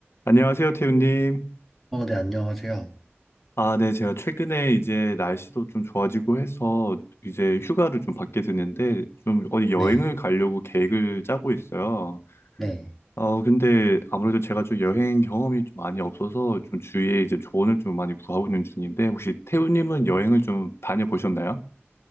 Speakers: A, on the left (about 65°); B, in the centre.
A: 안녕하세요, 태우님.
B: 어, 네, 안녕하세요.
A: 아, 네, 제가 최근에 이제 날씨도 좀 좋아지고 해서 이제 휴가를 좀 받게 됐는데 좀 어디 여행을
B: 네.
A: 가려고 계획을 짜고 있어요.
B: 네.
A: 어, 근데 아무래도 제가 좀 여행 경험이 좀 많이 없어서 좀 주위에 이제 조언을 좀 많이 구하고 있는 중인데 혹시 태우님은 여행을 좀 다녀보셨나요?